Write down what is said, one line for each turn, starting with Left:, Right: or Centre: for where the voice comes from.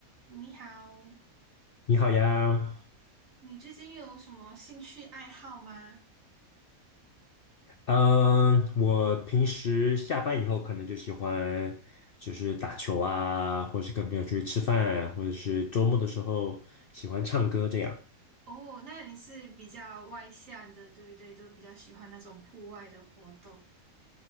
Right: 你好，
Left: 你好呀，
Right: 你最近有什么兴趣爱好吗？
Left: 嗯，我平时下班以后可能就喜欢就是打球啊，或者是跟朋友出去吃饭啊，或者是周末的时候喜欢唱歌这样。
Right: 哦，那你是比较外向的，对不对？都比较喜欢那种户外的活动。